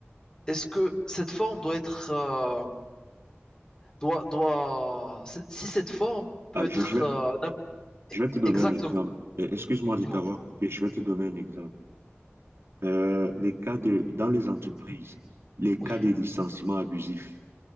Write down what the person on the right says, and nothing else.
Ah,
je, je-
Je vais te donner
un exemple. Euh, Excuse-moi de
t'avoir
coupé. Je vais te donner un exemple. Euh, les cas de, dans les entreprises, les
cas de licenciement abusif.